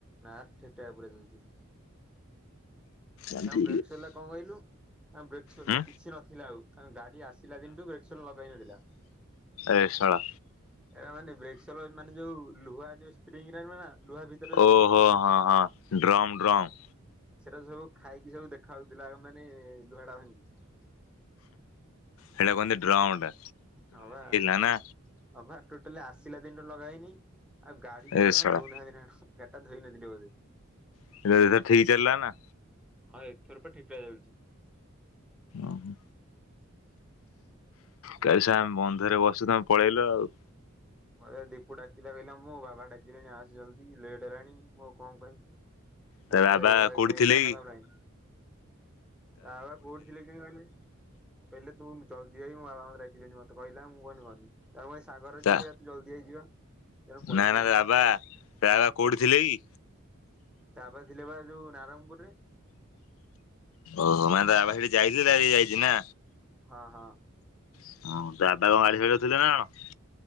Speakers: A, in the centre; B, on the left (about 75°).
A: ନା <inaudible>
B: ଅଛି
A: ତା ବ୍ରେକ୍ ସରିଲା କଣ କହିଲୁ ବ୍ରେକ୍ ସରିଲା
B: ହୁଁ
A: କିଛି ନଥିଲା ଆଉ ତା ଗାଡି ଆସିଲ ଆସିଲା ଦିନ ଠୁ ବ୍ରେକସୋଲ୍ ଲଗାହେଇନଥିଲା।
B: ରେଶଵଳ।
A: <unintelligible>
B: ଓହୋ ହୋ ହଁ ହଁ ଡ୍ରମ୍ ଡ୍ରମ୍।
A: ସେଇଟା ସବୁ ଖାଇକି ସବୁ ଦେଖା ହାଉଉଥିଲା ମାନେ ଲୁହେଡା ଭାଙ୍ଗି।
B: ସେଟା କୁ କହନ୍ତି ଡ୍ରମ୍ ଟା।
A: ହଁ ପା।
B: ଅନା।
A: ହଁ ବା ଟୋଟାଲି ଆସିଲା ଦିନ ଠୁ ଲଗା ହେଇନି ଆଉ ଗାଡି ଟା
B: ଏ
A: ବି କଣ
B: ଶଳା
A: ଧଉନାହାନ୍ତି ନା କଣ। ଗଟା ଧୋଇଇ ନଥିଲଥିଲେ ବୋଧେ।
B: <unintelligible> ଠିକ ଚାଲିଲା ନା?
A: ହଁ ଏଥର ପ ଠିକ୍ ଠାକ୍ ଚାଲିଛି।
B: ଓଁ ହୋ। କାଲି ଶା ଆମେ ବନ୍ଧରେ ବସୁ ତମେ ପଳେଇଲ ଆଉ।
A: ମତେ ଦୀପ ଡାକିଲା କହିଲ ମୁଁ ବାବା ଡାକିଲେଣି ଆସେ ଜଲ୍ଦି ଲେଟ୍ ହେଲାଣି ମୁଁ ଆଉ କଣ କହିବି?
B: ତା
A: ମତେ
B: ବାବା
A: ବହେ
B: କୋଉଠି
A: କେଁ
B: ଥିଲେ
A: କେଁ ହେଲା
B: କି?
A: ତାପରେ ଆଇଲି। ତା ବାବା କଉଠି ଥିଲେ କି କହିଲେ? କହିଲେ ତୁ ଜଲଦି ଆଇ ମୋ ବାବାଙ୍କ ରହିଲେଣି ମତେ କିହିଲା ମୁଁ <unintelligible>
B: ତା
A: ଜଲ୍ଦି ଆଇ ଯିବା। ତେଣୁ ପଳେଇନି
B: ନା ନା
A: ଆଉ।
B: ରାବା ତା ବାବା କୋଉଠି ଥିଲେ କି?
A: ତା ବାବା ଥିଲେ ବା ଯୋଉ ନାରଣପୁର ରେ।
B: ଓହୋ ମାନେ ତା ବାବା ସେଠି ଯାଇକି <unintelligible> ଯାଇଛି ନା।
A: ହଁ ହଁ।
B: <unintelligible> ଥିଲେ ନା କଣ?